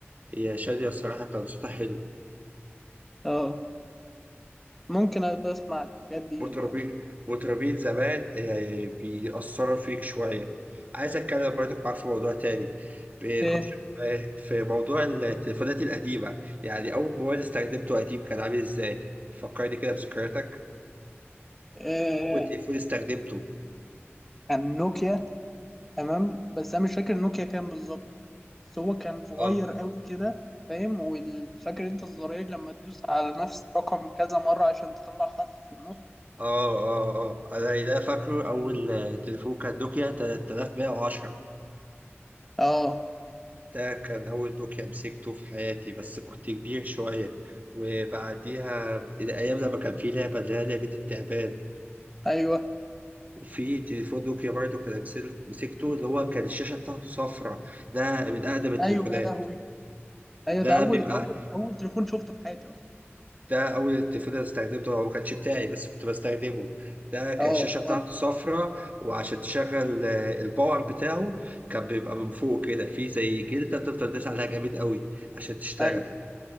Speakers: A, on the right; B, in the centre.
A: هي شادية الصراحة كان صوتها حلو
B: اه ممكن أبقى اسمع الحاجات دي
A: مطربين
B: يعني
A: مطربين زمان آه، بيأثروا فيك شوية عايز أتكلم برضه معاك في موضوع تاني بنخش
B: ايه
A: في في موضوع التليفونات القديمة يعني أول موبايل استخدمته قديم كان عامل إزاي؟ فكرني كده بذكرياتك
B: آه
A: أول تليفون استخدمته
B: عن نوكيا تمام بس انا مش فاكر النوكيا كام بالظبط بس هو كان صغير
A: آه.
B: قوي كده فاهم وفاكر انت الزرار لما تدوس على نفس الرقم كذا مرة عشان تطلع حرف في النص
A: اه اه اه انا ده فاكره اول آه، تليفون كان نوكيا 3110
B: اه
A: ده كان اول نوكيا مسكته في حياتي بس كنت كبير شويه وبعديها الايام لما كان في لعبه اللي هي لعبه التعبان
B: ايوه
A: وفي تليفون نوكيا برضه كان مسك- مسكته اللي هو كان الشاشه بتاعته صفرة ده من اقدم التليفونات
B: ايوه يا لهوي ايوه
A: ده
B: ده اول
A: بيبقى
B: اول اول تليفون شفته في حياتي اصلا
A: ده اول التليفون اللي استخدمته هو ما كانش بتاعي بس كنت بستخدمه ده كان
B: اه
A: الشاشه بتاعته
B: وانا
A: صفراء وعشان تشغل آه، الباور بتاعه كان بيبقى من فوق كده في زي جلده تفضل تدوس عليها جامد قوي عشان تشتغل
B: ايوه